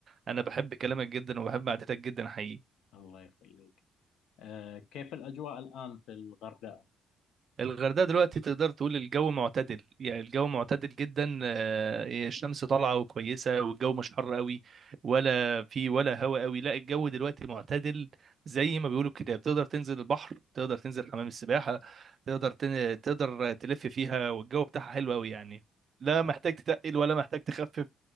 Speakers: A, on the right; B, on the left.
A: أنا بحب كلامك جدا وبحب قعدتك جدا حقيقي
B: الله يخليك آه، كيف الأجواء الآن في الغردقة
A: الغردقة دلوقتي تقدر تقول الجو معتدل يعني الجو معتدل جدا آه، الشمس طالعة وكويسة والجو مش حر قوي ولا في ولا هواء قوي لا الجو دلوقتي معتدل زي ما بيقولوا كده بتقدر تنزل البحر تقدر تنزل حمام السباحة تقدر تن... تقدر تلف فيها والجو بتاعها حلو قوي يعني لا
B: تمام
A: محتاج تتقل ولا محتاج تخفف